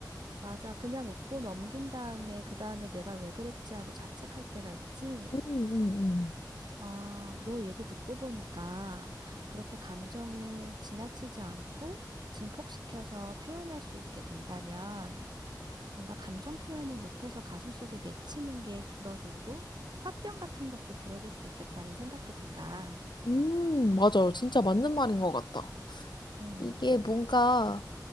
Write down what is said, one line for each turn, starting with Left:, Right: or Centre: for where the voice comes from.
Right: 맞아. 그냥 웃고 넘긴 다음에, 그 다음에 내가 왜 그랬지 하고 자책할 때가 있지.
Left: 음, 음,
Right: 아, 너 얘기 듣고 보니까 그렇게 감정을 지나치지 않고 증폭시켜서 표현할 수 있게 된다면 뭔가 감정 표현을 못해서 가슴속에 맺히는 게 줄어들고 화병 같은 것도 줄어들 수 있겠다는 생각도 든다.
Left: 음. 음, 맞아요. 진짜 맞는 말인 것 같다.
Right: 음.
Left: 이게 뭔가